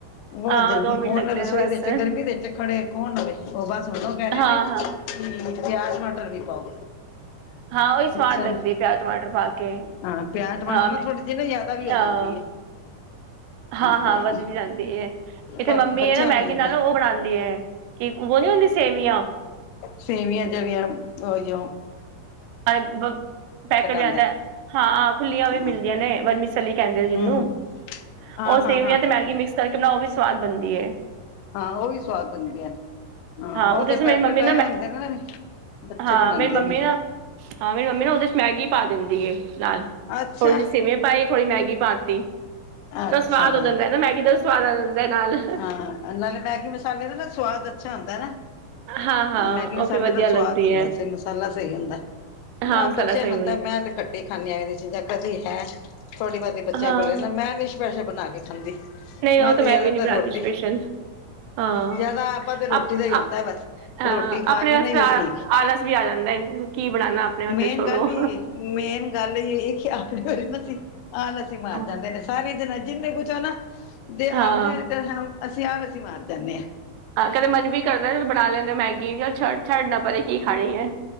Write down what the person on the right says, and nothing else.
ਹਾਂ
ਮਿੰਟ
ਲੱਗਦੇ
ਨੇ ਬਸ
ਹਾਂ
ਹਾਂ
ਹਾਂ ਉਹੀ ਸਵਾਦ
ਲੱਗਦੀ ਹੈ ਪਿਆਜ਼ ਟਮਾਟਰ ਪਾ ਕੇ
ਹਾਂ ਮੈਂ
ਅ,
ਹਾਂ ਹਾਂ
ਵੱਜ ਵੀ ਜਾਂਦੀ ਇੱਥੇ
ਮੰਮੀ
ਹੈ ਨਾ
ਮੈਗੀ
ਨਾਲ ਉਹ ਬਣਾਉਂਦੀ ਹੈ। ਕਿ ਉਹ ਨੀ ਹੁੰਦੀ ਸੇਵੀਆਂ
ਪੈਕਟ
ਰਹਿੰਦਾ ਹਾਂ ਖੁੱਲੀਆਂ
ਵੀ ਮਿਲਦੀਆਂ ਨੇ ਛੱਲੀ ਕਹਿੰਦੇ ਨੇ ਜਿਹਨੂੰ
ਉਹ ਸੇਵੀਆਂ
ਤੇ ਮੈਗੀ ਮਿਕਸ ਕਰਕੇ ਬਣਾ ਉਹ ਵੀ ਸਵਾਦ ਬਣਦੀ ਹੈ।
ਉਹਦੇ
ਚ
ਮੇਰੀ ਮੰਮੀ ਨਾ
ਮੈਂ
ਹਾਂ
ਮੇਰੀ ਮੰਮੀ
ਨਾ ਹਾਂ ਮੇਰੀ ਮੰਮੀ ਨਾ ਉਹਦੇ ਚ ਮੈਗੀ ਪਾ ਦਿੰਦੀ ਹੈ ਨਾਲ
ਥੋੜੀ ਜਿਹੀ ਸੇਵੀਆਂ ਪਾਈ ਥੋੜੀ ਮੈਗੀ ਪਾ ਤੀ
ਤਾਂ ਸਵਾਦ
ਹੋ ਜਾਂਦਾ ਨਾ ਮੈਗੀ ਦਾ ਸਵਾਦ ਆ ਜਾਂ ਇਹਦੇ ਨਾਲ
ਹਾਂ ਹਾਂ
ਉਹ
ਫਿਰ ਵਧੀਆ
ਲੱਗਦੀ
ਹੈ
ਹਾਂ
ਮਸਾਲਾ
ਸਹੀ
ਹਾਂ
ਨਹੀਂ ਓ ਤਾਂ
ਮੈਂ
ਵੀ ਨੀ ਬਣਾਦੀ
ਸਪੇਸ਼ਲ। ਹਾਂ
ਹਾਂ
ਆਪਣੇ
ਵਾਸਤੇ
ਤਾਂ
ਆਲਸ ਵੀ ਆ ਜਾਂਦਾ ਕੀ ਬਣਾਨਾ ਆਪਣੇ ਵਾਸਤੇ
ਛੋੜੋ।
ਹਾਂ।
ਹਾਂ
ਹਾਂ ਕਦੇ ਮਨ ਵੀ ਕਰਦਾ ਬਣਾ ਲੈਨੇ ਓ ਮੈਗੀ ਛੱਡ ਨਾ ਪਰੇ ਕੀ ਖਾਣੀ ਹੈ।